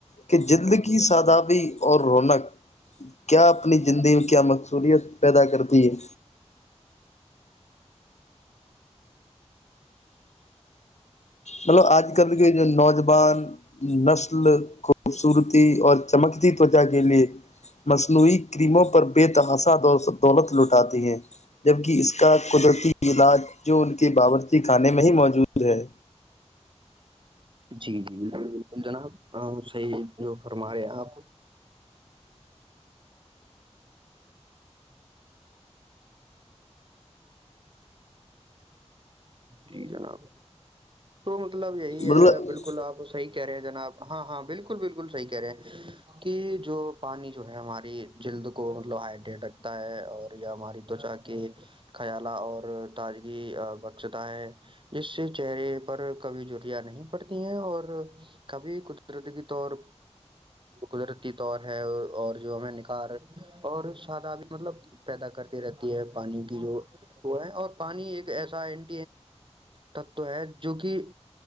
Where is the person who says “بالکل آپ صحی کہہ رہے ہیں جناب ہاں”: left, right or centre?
Right